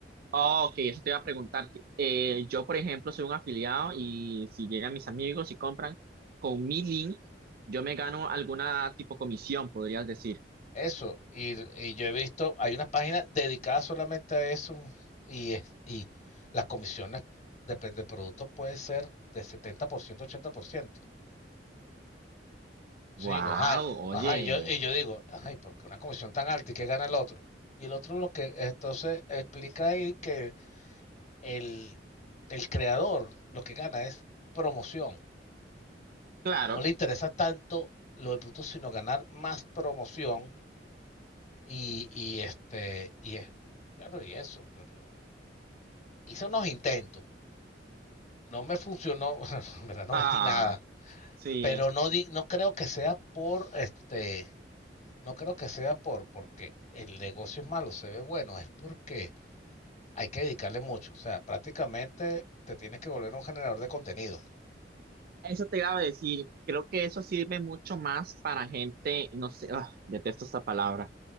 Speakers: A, on the right; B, on the left.
A: Ok, eso te iba a preguntar. Eh, yo, por ejemplo, soy un afiliado y si llegan mis amigos y compran con mi link, yo me gano alguna tipo comisión, podrías decir.
B: Eso, y, y yo he visto, hay unas páginas dedicadas solamente a eso y, es- y las comisiones, depende del producto, puede ser de 70%, 80%. Entonces
A: Wow,
B: yo digo, ay, ajá,
A: oye,
B: y yo, y yo digo, ay, ¿por qué una comisión tan alta y qué gana el otro? Y el otro lo que, entonces explica ahí que el, el creador lo que gana es promoción.
A: claro.
B: No le interesa tanto lo del producto, sino ganar más promoción Y, y este, y es, claro, y eso, pero hice unos intentos. No me funcionó, <laughs> en verdad no
A: Ah,
B: vendí nada.
A: sí.
B: Pero no, di- no creo que sea por este, no creo que sea por porque el negocio es malo, se ve bueno, es porque hay que dedicarle mucho. O sea, prácticamente te tienes que volver un generador de contenido.
A: Eso te iba a decir. Creo que eso sirve mucho más para gente, no sé, ah, detesto esta palabra.